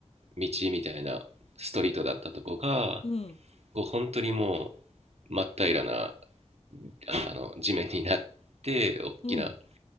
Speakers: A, on the right; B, on the left.
A: 道みたいなストリートだったとこが
B: うん。
A: こう本当にもう真っ平らなあの地面になって大きな
B: うん。